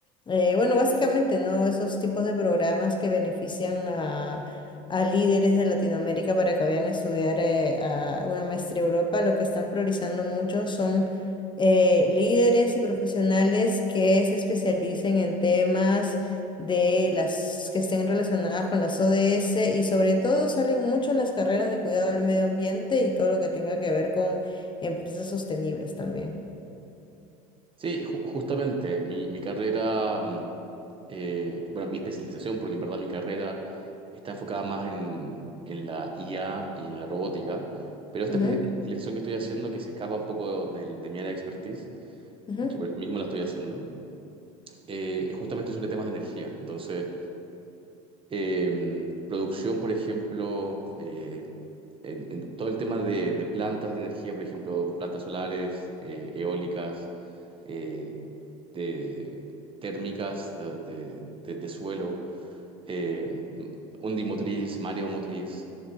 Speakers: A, on the left (about 25°); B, on the right (about 30°).
A: eh, bueno, básicamente, ¿no? Esos tipos de programas que benefician a líderes de Latinoamérica para que vayan a estudiar eh, a una maestría a Europa. Lo que están priorizando mucho son eh, líderes y profesionales que se especialicen en temas de las que estén relacionadas con las ODS y sobre todo salen mucho las carreras de cuidado del medio ambiente y todo lo que tenga que ver con empresas sostenibles también.
B: Sí, ju- justamente, mi, mi carrera, mm, eh, bueno, mi especialización, porque en verdad mi carrera está enfocada más en, en la IA y en la robótica, pero esta
A: Ujú,
B: espe- especialización que estoy haciendo, que se escapa un poco de, de mi área de expertise,
A: ujú,
B: y que por eso mismo la estoy haciendo, eh, es justamente sobre temas de energía. Entonces... eh, producción, por ejemplo, eh, en, en todo el tema de, de plantas de energía, por ejemplo, plantas solares, eh, eólicas, eh, de térmicas de, de- de- de suelo, eh, ondimotriz, mareomotriz,